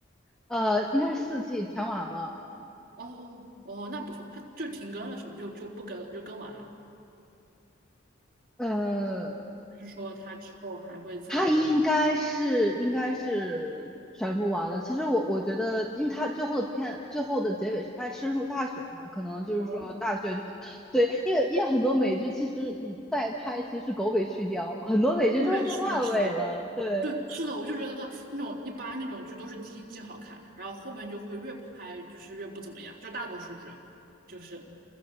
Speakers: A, in the centre; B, on the right (about 50°).
A: 呃，应该是四季全完了，
B: 哦哦，那不错，他就停更了，是吗？就就不更了，就更完了。
A: 呃，
B: 还是说他之后还会再有？
A: 它应该是应该是全部完了。其实我我觉得，因为它最后的片最后的结尾是它深入大学嘛，可能就是说大学，
B: 哦，
A: 对，因为因为很多美剧其实你再拍其实是狗尾续貂，很多美剧最后都烂尾了。
B: 对，是的，是的，
A: 对，
B: 对，是的，我就觉得那种一般那种剧都是第一季好看，然后后面就会越拍就是越不怎么样，就大多数剧啊就是